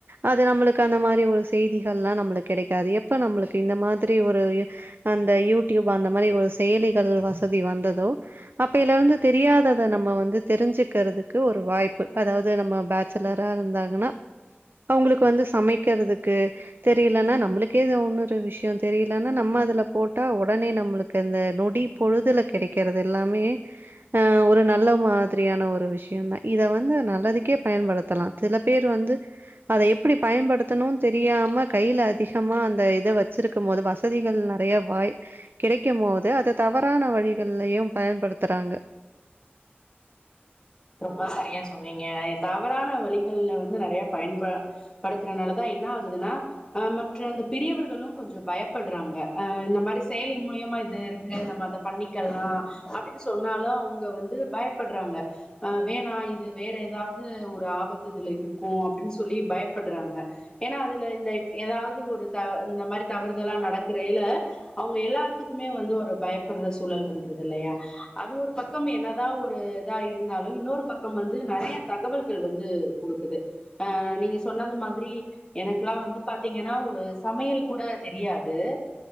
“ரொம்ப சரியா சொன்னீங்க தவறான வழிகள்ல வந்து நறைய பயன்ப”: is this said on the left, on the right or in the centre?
Left